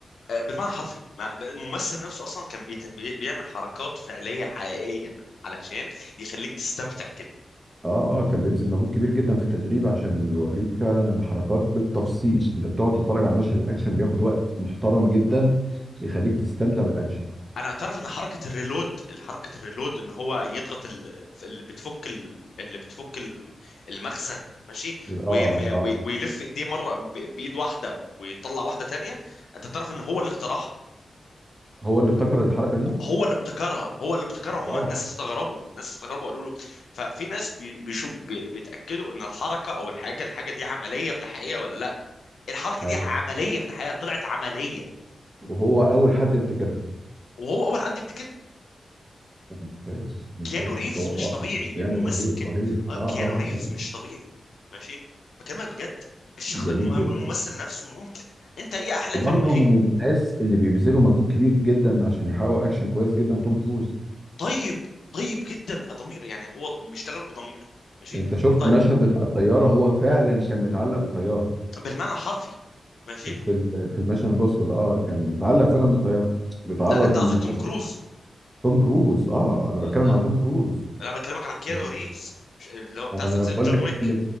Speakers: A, on the left (about 85°); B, on the right (about 20°).
A: آه، بالمعنى الحرفي مع- الممثل نفسه اصلا كان بيت... بي... بيعمل حركات فعليه حقيقيه علشان يخليك تستمتع كده
B: اه اه كان بيبذل مجهود كبير جدا في التدريب عشان يوريك فعلا الحركات بالتفصيل انت بتقعد تتفرج على مشهد الاكشن بياخد وقت محترم جدا يخليك تستمتع بالاكشن
A: انا اعترف ان حركه الريلود حركه الريلود ان هو يضغط ال- اللي بتفك ال- اللي بتفك الم- المخزن ماشي ويرمي
B: اه
A: وي-
B: اه
A: ويلف ايديه مره ب- بايد واحده ويطلع واحده تانية انت تعرف ان هو اللي اخترعها
B: هو اللي ابتكر الحركه دي
A: هو اللي ابتكرها هو اللي ابتكرها
B: روعه
A: هم الناس استغربوا الناس استغربوا قالوا له ففي ناس بي- بيشوف بي- بيتاكدوا ان الحركه او الحاجه الحاجه دي عمليه في الحقيقه ولا لا الحركه
B: ايوه
A: دي عمليه في الحقيقه طلعت عمليه
B: وهو اول حد يبتكرها
A: وهو اول حد يبتكرها
B: ممتاز ممتاز
A: كيانو ريفز
B: هو
A: مش
B: رائع
A: طبيعي
B: كريستيانو
A: الممثل
B: رهيب
A: كان
B: رهيب
A: اه
B: اه اه
A: كيانو ريفز
B: اه حقيقي
A: مش طبيعي ماشي بكلمك بجد الشخ...
B: جميل
A: الم... الممثل
B: جدا
A: نفسه ممتع انت ايه احلى
B: وبرضه
A: فيلم ايه
B: من الناس اللي بيبذلوا مجهود كبير جدا عشان يحققوا اكشن كويس جدا توم كروز
A: طيب طيب جدا ضمير يعني هو بيشتغل بضمير ماشي
B: انت شفت
A: طيب
B: المشهد بتاع الطياره هو فعلا كان متعلق بالطياره
A: بالمعنى الحرفي ماشي
B: في ال- في الميشن امبوسيبل اه كان متعلق فعلا بالطياره بيتعرض
A: لا انت
B: للمخاطره
A: قصدك توم كروز
B: توم كروز اه انا
A: آه،
B: بتكلم
A: لا
B: على توم كروز
A: انا بكلمك عن كيانو
B: انا
A: ريفز مش- اللي هو بتاع
B: انا
A: سلسلة
B: بقول
A: جون
B: لك
A: ويك
B: اللي